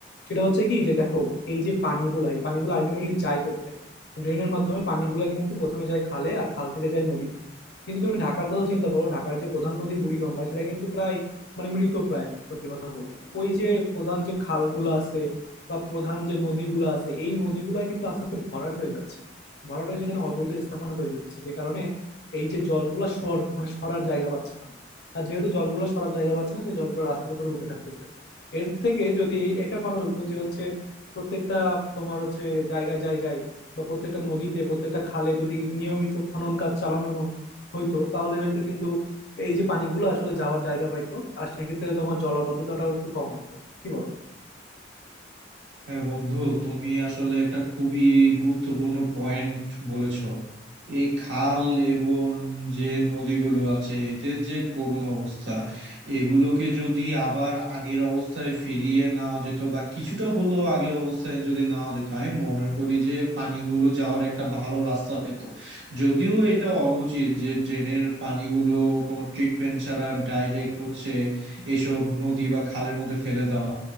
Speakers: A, on the left; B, on the right.
A: সেটা হচ্ছে কি যে দেখো এই যে পানিগুলা এই পানিগুলো আলটিমেটলি যায় কোথায় ড্রেনের মাধ্যমে পানিগুলা কিন্তু প্রথমে যায় খালে আর খাল থেকে যায় নদীতে কিন্তু তুমি ঢাকার কথা চিন্তা করো ঢাকার যে প্রধান নদী বুড়িগঙ্গা সেটা কিন্তু প্রায় মানে মৃত প্রায় সত্যি কথা বলতে তো ওই যে প্রধান যে খালগুলো আছে বা প্রধান যে নদীগুলো আছে এই নদীগুলা কিন্তু আস্তে আস্তে ভরাট হয়ে যাচ্ছে ভরাট হয়ে সেখানে অবৈধ স্থাপনা তৈরি হচ্ছে যে কারণে এই যে জলগুলা সর মানে সরার জায়গা পাচ্ছে না আর যেহেতু জলগুলো সরার জায়গা পাচ্ছে না সেই জলগুলো রাস্তার উপরে উঠে থাকতেছে এর থেকে যদি এই- এটা করা হইতো যে হচ্ছে প্রত্যেকটা তোমার হচ্ছে জায়গায় জায়গায় বা প্রত্যেকটা নদীতে প্রত্যেকটা খালে যদি নিয়মিত খনন কাজ চালানো হইতো তাহলে হয়তো কিন্তু এই যে পানিগুলো আসলে যাওয়ার জায়গা পাইতো আর সেক্ষেত্রে তোমার জলাবদ্ধতাটাও একটু কম হইতো কি বলো
B: হ্যাঁ বন্ধু তুমি আসলে একটা খুবই গুরুত্বপূর্ণ পয়েন্ট বলেছো এই খাল এবং যে নদীগুলো আছে এদের যে করুণ অবস্থা এগুলোকে যদি আবার আগের অবস্থায় ফিরিয়ে নেওয়া যেত বা কিছুটা হলেও আগের অবস্থায় যদি নেওয়া যেত আমি মনে করি যে পানিগুলো যাওয়ার একটা ভালো রাস্তা পেত যদিও এটা অনুচিত যে ড্রেনের পানিগুলো কোনো ট্রিটমেন্ট ছাড়া ডাইরেক্ট হচ্ছে এসব নদী বা খালের মধ্যে ফেলে দেওয়া